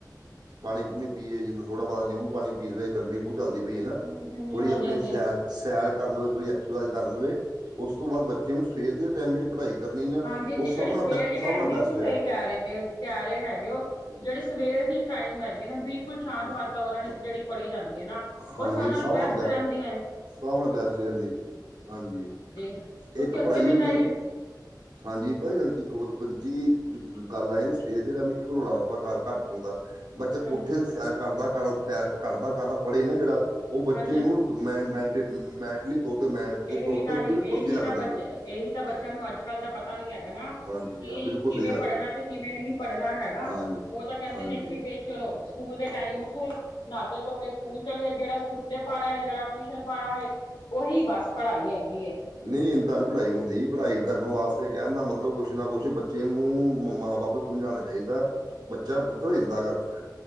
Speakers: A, on the right (about 70°); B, on the left (about 85°).
A: ਪਾਣੀ ਪੂਣੀ ਪੀਏ ਜਿਦਾ ਥੋੜਾ ਬੋਤ ਨਿੰਬੂ ਪਾਣੀ ਪੀ ਲਵੇ ਗਰਮੀ ਚੱਲਦੀ ਪਈ ਹਨਾ
B: ਹੂੰ ਹੂੰ
A: ਥੋੜ੍ਹੀ
B: ਹਾਂਜੀ
A: ਆਪਣੀ
B: ਹਾਂਜੀ
A: ਸੈਰ ਸੈਰ ਕਰ ਲਵੇ ਥੋੜ੍ਹੀ ਸਧਾਈ ਕਰ ਲਵੇ ਉਸ ਤੋਂ ਬਾਅਦ ਬੱਚੇ ਨੂੰ ਸਵੇਰ ਦੇ ਟਾਈਮ ਜਿਹੜੇ ਪੜ੍ਹਾਈ ਕਰਨੀ ਆ
B: ਹਾਂਜੀ
A: ਉਹ
B: ਜੀ
A: ਸਾਹਮਣਾ
B: ਜਿਹੜੀ ਸਵੇਰ
A: ਬ
B: ਦੀ
A: ਸਾਹਮਣਾ
B: ਟਾਈਮ ਬਿਲਕੁਲ
A: ਬੈਸ
B: ਸਹੀ ਕਹਿ ਰਹੇ ਕਹਿ ਰਹੇ ਹੈਗੇ ਉਹ
A: ਹਮ,
B: ਜਿਹੜੇ ਸਵੇਰੇ ਦੀ ਟਾਈਮ ਹੈਗੇ ਨਾ ਬਿ ਬਿਲਕੁਲ ਸ਼ਾਂਤ
A: ਹਾਂ-
B: ਵਾਤਾਵਰਨ ਵਿੱਚ ਜਿਹੜੀ ਪੜ੍ਹੀ ਜਾਂਦੀ ਹੈ ਨਾ ਉਹ
A: ਹਾਂਜੀ
B: ਸ
A: ਇਹ
B: ਨਾਲੋ
A: ਸਭ
B: ਬੈਸਟ
A: ਬੈ
B: ਰਹਿੰਦੀ
A: ਨਾਲ ਬੈਸਟ ਰਹਿੰਦੀ ਹਾਂਜੀ
B: ਕਿਉਂਕਿ
A: ਇੱਕ
B: ਅੱਗੇ
A: ਪੜ੍ਹਾਈ
B: ਵੀ
A: ਹੈ
B: ਤਾਂ
A: ਜੋ
B: ਹਾਂਜੀ
A: ਹਾਂਜੀ ਪਤਾ ਗੱਲ ਕੀ ਹਾਂਜੀ ਗੱਲ ਆਈ ਨ ਸਵੇਰ ਦੇ ਟਾਈਮ ਚ ਰੌਲਾ ਰਪਾ ਘਰ ਘੱਟ ਹੁੰਦਾ ਬੱਚੇ
B: ਹਾਂਜੀ
A: ਸੈਰ ਕਰਦਾ ਕਰ ਸੈਰ ਕਰਦਾ ਕਰਦਾ ਪੜ੍ਹੇ ਨਾ ਜਿਹੜਾ ਉਹ ਬੱਚੇ
B: ਹਾਂਜੀ
A: ਨੂੰ <unintelligible>
B: ਇਹੀ ਤਾਂ
A: ਤੇ
B: ਨਹੀਂ
A: ਬਿਲਕੁਲ
B: ਇਹੀ
A: ਸਹੀ ਲੱਗਦੀ
B: ਤਾਂ ਬੱਚ
A: ਹੈ
B: ਇਹੀ ਤਾਂ ਬੱਚਿਆਂ ਨੂੰ ਅੱਜ ਕੱਲ ਦਾ ਪਤਾ ਨਹੀਂ ਹੈਗਾ ਨਾ
A: ਹਾਂਜੀ
B: ਕਿ
A: ਹਾਂ ਬਿਲਕੁਲ
B: ਕਿਵੇਂ
A: ਸਹੀ ਲੱਗਦੀ
B: ਪੜ੍ਹਨਾ ਤੇ ਕਿਵੇਂ ਨਹੀਂ ਪੜ੍ਹਨਾ ਹੈਗਾ
A: ਹਾਂਜੀ
B: ਉਹ ਤਾਂ ਕਹਿੰਦੇ
A: ਹਾਂਜੀ
B: ਨੇ ਕਿ ਚਲੋ! ਸਕੂਲ ਦੇ ਟਾਈਮ ਉਠੋ ਨਹਾਤੇ ਧੋਤੇ ਸਕੂਲ ਚਲੇ ਗਏ। ਜਿਹੜਾ ਸਕੂਲੇ ਪੜ੍ਹ ਆਏ ਹੈ, ਤੇ ਜਿਹੜਾ ਟਿਊਸ਼ਨ ਪੜ੍ਹ ਆਏ, ਉਹੀ ਬਸ। ਪੜ੍ਹਾਈ ਹੈਗੀ ਏ
A: ਨਹੀਂ, ਇੰਦਾ ਨੀ ਪੜ੍ਹਾਈ ਹੁੰਦੀ। ਪੜ੍ਹਾਈ ਕਰਨ ਵਾਸਤੇ ਕਹਿਣ ਦਾ ਮਤਲਬ ਕੁਛ ਨਾ ਕੁਛ ਬੱਚੇ ਨੂੰ ਮਾ ਬਾਪ ਸਮਝਾਣਾ ਚਾਹੀਦਾ ਹੈ ਕਿ ਬੱਚਾ ਪੁੱਤਰ ਇਦਾ ਕਰਨਾ